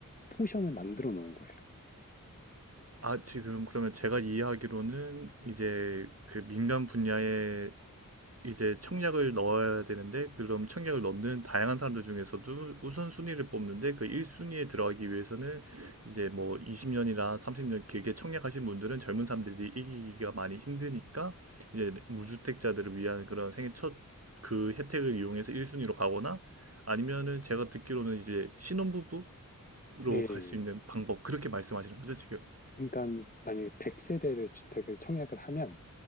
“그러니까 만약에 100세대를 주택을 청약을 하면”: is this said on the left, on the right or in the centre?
Left